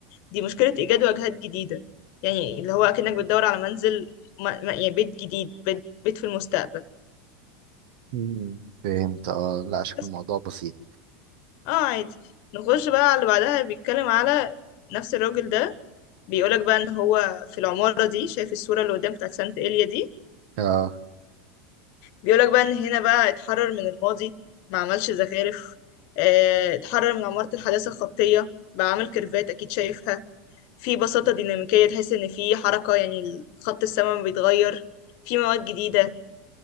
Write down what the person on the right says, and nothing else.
مم، فهمت اه لا شكل
الموضوع بسيط
اه